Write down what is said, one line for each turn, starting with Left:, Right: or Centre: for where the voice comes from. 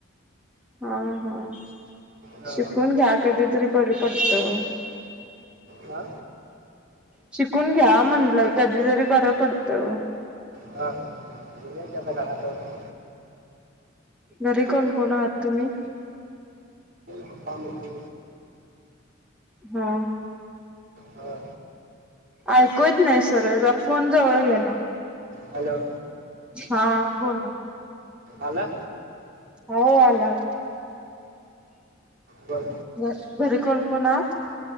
Centre: हा हा
Right: हा.
Centre: शिकून घ्या कधीतरी बरं पडत.
Right: का?
Centre: शिकून घ्या म्हणलं कधी तरी बरं पडतं.
Right: हा केला की आता घरातल्यांनी <unintelligible>
Centre: घरी कोण कोण आहात तुम्ही?
Right: पपा मम्मी
Centre: हा
Right: हा
Centre: ऐकूत येत नाय सरळ फोन जवळ घ्या ना
Right: हॅलो!
Centre: हा बोला
Right: आला
Centre: हो हो आला.
Right: बोल
Centre: घ घरी कोण कोण आहात?